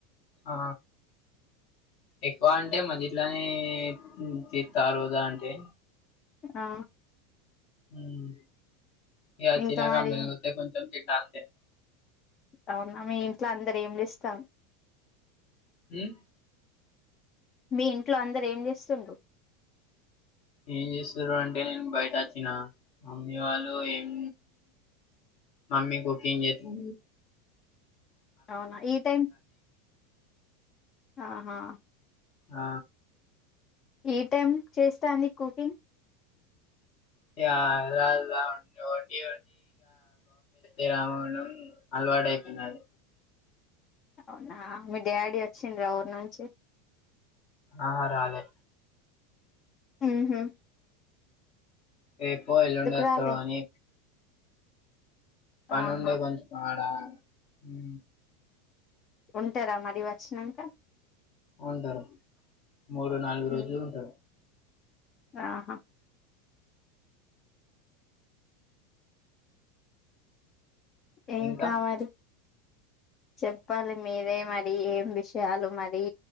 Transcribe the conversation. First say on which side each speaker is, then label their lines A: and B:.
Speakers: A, on the left; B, on the left.
A: ఆ ఎక్కువ అంటే మది ఇట్లోని తీస్తా రోజా అంటే
B: ఆ
A: హ్మ ఇగ తినగా
B: ఇంకా మరి
A: మలుగుతే కొ <unintelligible>
B: అవునా మీ ఇంట్లో అందరు ఏం చేస్తాం
A: మ్మ్
B: మీ ఇంట్లో అందరుూ ఏం చేస్తుంరు
A: ఏం చేస్తారు అంటే నేను బయట వచ్చినా మమ్మీ వాళ్ళు ఏం మమ్మీ కుకింగ్ చేస్తా
B: అవునా ఈ టైం ఆహా
A: ఆ
B: ఏ టమ్ చేస్తాంది కుకింగ్
A: ఇగ అలా అలా విండి వొండి ఇగా అలవాడైయిపోయినది
B: అవునా మీ డాడీ వచ్చిండ్రా వుర్ నుంచి
A: ఆహా రాలే
B: మ్మ్ హ్మ్
A: రేపో ఎల్లుండో వస్తాడు
B: రాలే
A: అని పని
B: ఆహా
A: ఉండే కొంచెం ఆడ హ
B: ఉంటారా మర వచ్చినాక
A: ఉంటారు మూడు నాలుగు రోజులు
B: ఉమ్
A: ఉంటారు
B: ఆహా ఏం
A: ఇంకా
B: కావాలి చెప్పాలి మీరే మరి ఏం విషయాలు మరి